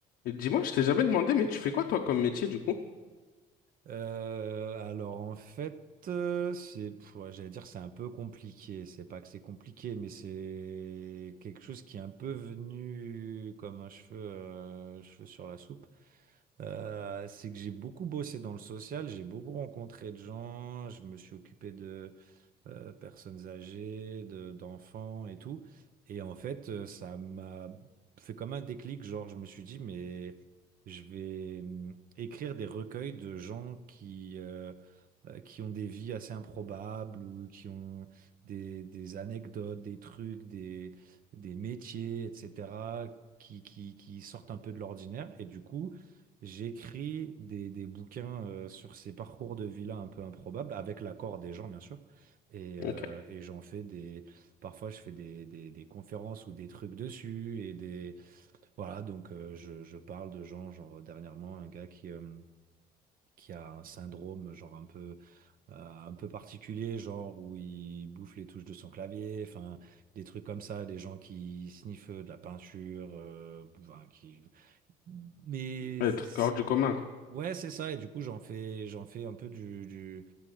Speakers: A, on the left; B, on the right.
A: Et Dis-moi, je t'ai jamais demandé, mais tu fais quoi toi comme métier du coup?
B: Euh, alors en fait, euh, c'est, pff, ouais, j'allais dire c'est un peu compliqué. C'est pas que c'est compliqué, mais c'est quelque chose qui est un peu venu comme un cheveu, euh, cheveu sur la soupe. Euh, c'est que j'ai beaucoup bossé dans le social, j'ai beaucoup rencontré de gens, je me suis occupé de euh, personnes âgées, de- d'enfants et tout. Et en fait, euh, ça m'a fait comme un déclic, genre je me suis dit, mais je vais hum, écrire des recueils de gens qui, euh, euh, qui ont des vies assez improbables ou qui ont des, des anecdotes, des trucs, des, des métiers, etc., qui, qui, qui sortent un peu de l'ordinaire. Et du coup, J'écris des, des bouquins euh, sur ces parcours de vie-là un peu improbables, avec l'accord des gens, bien sûr. Et, euh,
A: Ok.
B: et j'en fais des. Parfois, je fais des, des, des conférences ou des trucs dessus. Et des. Voilà, donc euh, je, je parle de gens, genre dernièrement, un gars qui, euh, qui a un syndrome, genre un peu, euh, un peu particulier, genre où il bouffe les touches de son clavier, enfin, des trucs comme ça, des gens qui sniffent de la peinture, euh, enfin, qui. Mais.
A: Ouais,
B: c'est-
A: truc hors du commun, quoi.
B: Ouais, c'est ça. Et du coup, j'en fais, j'en fais un peu du, du.